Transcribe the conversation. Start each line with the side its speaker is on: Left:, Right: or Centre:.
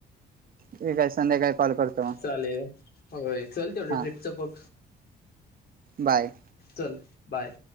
Right: ठीक आहे संध्याकाळी कॉल करतो मग.
Left: चालेल होय चल ते एवढ्या
Right: हा
Left: ट्रिपचं बघ.
Right: बाय.
Left: चल बाय